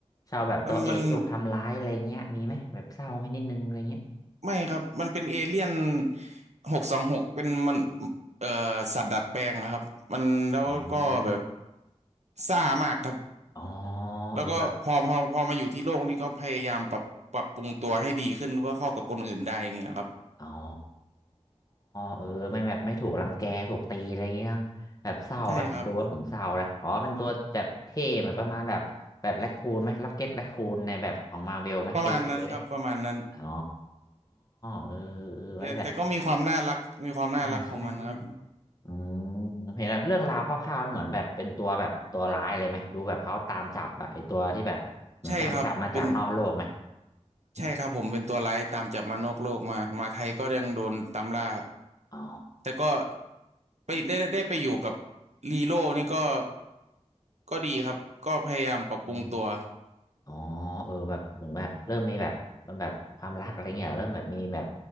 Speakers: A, on the left; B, on the right.
A: ชอบแบบตัวเอกถูกทำร้ายอะไรเงี้ยมีไหมแบบเศร้าไหมนิดนึงอะไรเงี้ย
B: มันมันไม่ครับมันเป็นเอเลี่ยนหกสองหกเป็นมันเอ่อสัตว์ดัดแปลงอะครับมันแล้วก็แบบ
A: อืม
B: ซ่ามากครับ
A: อ๋อ
B: แล้วก็พอพอพอมาอยู่ที่โลกนี่ก็พยายามปรับปรับปรุงตัวให้ดีขึ้นเพื่อเข้ากับคนอื่นได้อย่างเงี้ยครับ
A: เออ อ๋อเออไม่แบบไม่ถูกรังแกถูกตีอะไรอย่างเงี้ยเนาะแบบเศร้าอะผมดูว่าผมเศร้านะอ๋อมันตัวแบบเท่เหมือนประมาณแบบแบบแรคคูนไหมล็อกเก็ตแรคคูนในแบบของมาเวลไหมเท่ๆไหม
B: ใช่ครับประมาณนั้นครับประมาณนั้น
A: อ๋อเออเออไว้แบบ
B: แต่แต่ก็มีความน่ารักมีความน่ารักของมันครับ
A: อ่าใช่ไหมใช่ไหมอืมผมเห็นแบบเรื่องราวคร่าวๆเหมือนแบบเป็นตัวแบบตัวร้ายเลยไหมดูแบบเขาตามจับอะไอตัวที่แบบเหมือนตามจับมาจากนอกโลกไหม
B: ใช่ครับเป็นใช่ครับผมเป็นตัวร้ายตามจับมานอกโลกมามาไทยก็ยังโดนตามล่า
A: อ๋อ
B: แต่ก็ไปได้ได้ได้ไปอยู่กับลีโร่นี่ก็ก็ดีครับก็พยายามปรับปรุงตัว
A: เออ อ๋อเออแบบเหมือนแบบเริ่มมีแบบมันแบบความรักอะไรเงี้ยเหรอเริ่มแบบมีแบบ